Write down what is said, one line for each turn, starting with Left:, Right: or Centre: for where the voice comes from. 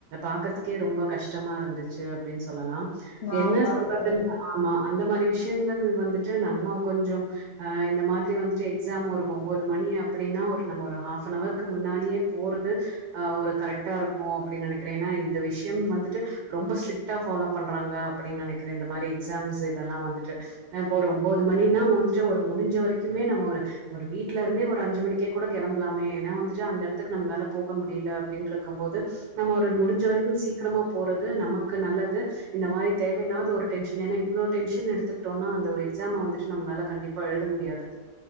Right: பாக்குறதுக்கே ரொம்ப கஷ்டமா இருந்துச்சு அப்டின் சொல்லலாம்
Left: நானும்
Right: என்ன
Left: பாத்தே
Right: சொல்றதுன்
Left: தோழி
Right: ஆமா அந்த மாரி விஷ்யங்கள் வந்துட் ட்டு நம்ம கொஞ்சோம் அ இந்த மாதிரி வந்துட்டு எக்ஸாம் ஒரு ஒம்போது மணி அப்டின்னா ஒரு ஹாஃப்னவர்க்கு முன்னாடியே போறது ஒரு கரெக்ட் ட்டா இருக்கு அப்டின் நெனைக்கிற ஏன்னா இந்த விஷ்யம் வந்துட்டு ரொம்ப ஸ்ட்ரிக்டா ஃபாலோ பண்றாங்க அப்டின் நெனைக்கிற இந்த மாரி எக்ஸாம்ஸ் இதெல்லா வந்துட்டு இப்ப ஒரு ஒம்போது மணினா வந்துட்டு ஒரு முடுஞ்ச வரைக்குமே நம்ம ஒரு வீட்ல இருந்தே ஒரு அஞ்சு மணிக்கே கூட கெளம்புலாமே ஏன்னா வந்துட்டு அந்த எடத்துக்கு நம்மளால போக முடியில அப்டின்ற க்கம் போது நம்ம ஒரு முடுஞ்ச வரைக்கு சீக்கிரமா போறது நமக்கு நல்லது இந்த மாரி தேவையில்லாத ஒரு டென்ஷன் ஏன்னா இவ்ளோ டென்ஷன் எடுத்துக்கிட்டோன்னா அந்த ஒரு எக்ஸாம் வந்துட்டு நம்மளால கண்டிப்பா எழுத முடியாது